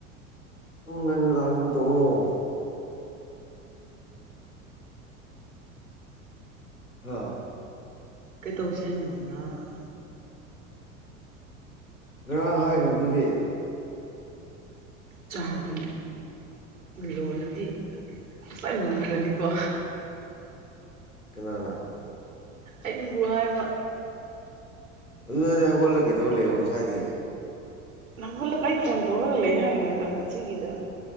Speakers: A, on the left; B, on the right.
A: ꯎꯝ ꯉꯥꯟ ꯂꯥꯛꯅꯕ ꯇꯧꯔꯣ ꯍꯥꯥ
B: ꯀꯩ ꯇꯧꯁꯦ ꯍꯥꯏꯅꯣ ꯂꯥꯛꯑꯥꯒ
A: ꯉꯔꯥꯡ ꯍꯥꯏꯈ꯭ꯔꯕꯗꯨꯗꯤ
B: ꯆꯥꯗꯤ ꯂꯣꯜꯂꯗꯤ ꯉꯁꯥꯏ ꯃꯨꯟꯈ꯭ꯔꯅꯤꯀꯣ
A: ꯀꯅꯥꯅꯥ
B: ꯑꯩꯕꯨ ꯍꯥꯏꯕ
A: ꯑꯗꯨꯗꯤ ꯅꯪ ꯍꯧꯒꯠꯂꯒ ꯀꯩꯗꯧꯔ ꯂꯩꯕꯣ ꯉꯁꯥꯏꯗꯤ
B: ꯍꯧꯒꯠꯂꯥꯒ ꯑꯩ ꯐꯣꯟ ꯇꯧꯔꯒ ꯂꯩ ꯍꯥꯏꯔꯀꯥꯟꯗ ꯁꯤꯒꯤꯗ